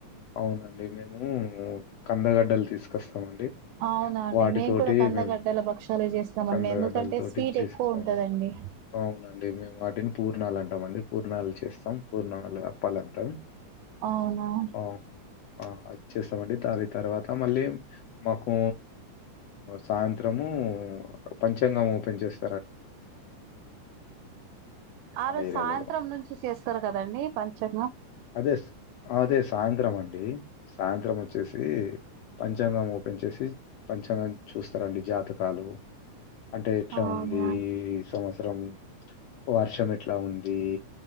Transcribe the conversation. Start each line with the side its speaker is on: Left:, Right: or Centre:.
Left: అవునండి మేమ్ ము కందగడ్డలు తీసుకొస్తామండి
Right: అవునండి
Left: వాటితోటి
Right: మేము కూడా కందగడ్డల
Left: మేము
Right: భక్షాలు చేస్తామండి
Left: కందగడ్డల
Right: ఎందుకంటే
Left: తోటి
Right: స్వీట్
Left: చేసేస్తామండి
Right: ఎక్కువ ఉంటదండి
Left: అవునండి మేము వాటిని పూర్ణాలు అన్ కొంతమంది పూర్ణాలు చేస్తాం పూర్ణాలు పళ్ళ అంటం
Right: అవును
Left: అ ఆహా చేస్తామండి దాని తర్వాత మళ్ళీ మాకు సాయంత్రము పంచాంగం ఓపన్ చేస్
Right: ఆ
Left: మా
Right: రోజు
Left: ఏరియాలలో
Right: సాయంత్రం నుంచి చేస్తారు కదండి పంచా
Left: అదే అదే సాయంత్రం అండి సాయంత్రం వచ్చేసి పంచాంగం ఓపెన్ చేసి పంచాంగం చూస్తారండి జాతకాలు అంటే ఎట్లా
Right: అవునా
Left: ఉంది సంవత్సరం వర్షం ఎట్లా ఉంది